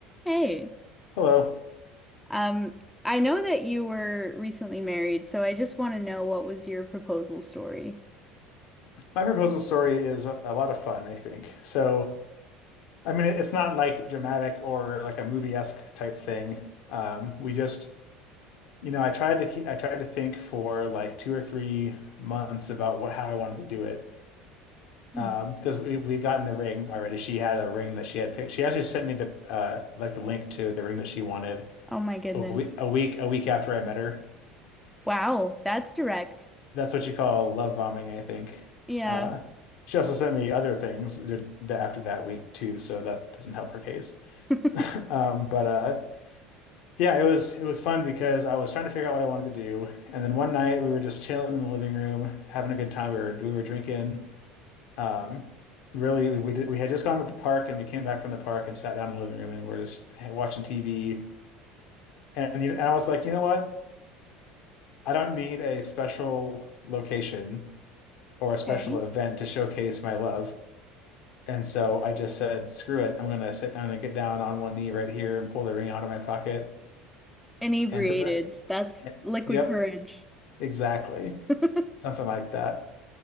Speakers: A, in the centre; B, on the left (about 70°).
A: Hey,
B: Hello.
A: um, I know that you were recently married, so I just want to know what was your proposal story?
B: My proposal story is a a lot of fun, I think. So, I mean, it's not like dramatic or like a movie-esque type thing. Um, we just, you know, I tried to keep, I tried to think for like two or three months about what how I wanted to do it.
A: Hmm.
B: Um, because we we got in the ring already. She had a ring that she had picked. She actually sent me the uh like the link to the ring that she wanted
A: Oh my goodness.
B: a week a week a week after I met her.
A: Wow, that's direct.
B: that's what you call love bombing, I think.
A: Yeah.
B: Uh, she also sent me other things th- after that week too, so that doesn't help her case.
A: <laughs>
B: <laughs> Um, but uh, yeah, it was it was fun because I was trying to figure out what I wanted to do, and then one night we were just chilling in the living room, having a good time. We were we were drinking. Um, really, we, we did we had just gone to the park, and we came back from the park and sat down in the living room, and we're just watching TV. And, you- and I was like, you know what? I don't need a special location or
A: Okay.
B: a special event to showcase my love. And so I just said, screw it. I'm going to sit, I'm going to get down on one knee right here and pull the ring out of my pocket
A: Inebriated.
B: and prevent
A: That's
B: it.
A: liquid
B: Yep,
A: courage.
B: exactly.
A: <laughs>
B: Something like that.